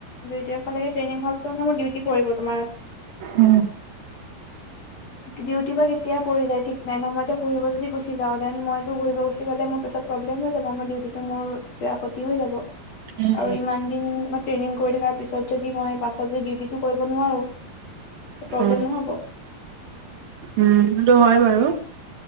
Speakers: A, on the left (about 40°); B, on the right (about 65°).
A: দুই তাৰিখৰ লেকে ট্ৰেইনিং হোৱাৰ পিছত মানে মোৰ ডিউটি পৰিব তোমাৰ
B: উম
A: ডিউটি বা কে এতিয়া পৰি যাই ঠিক নাই নহয়। মই ইতিয়া ঘূৰিব যদি গুচি যাওঁ দেন মইতো এতিয়া ঘূৰিব গুচি গলে মোৰ পিছত প্ৰব্লেম হয় মই দিউটটো মোৰ কিবা ক্ষতি হৈ যাব।
B: উম
A: আৰু ইমান দিন মই ট্ৰেইনিং কৰি থকাৰ পিছত যদি মই পাছত ডিউটিটো কৰিব নোৱাৰো। প্ৰব্লেম
B: উম অ
A: নহব?
B: উম', সেইটো হয় বাৰু।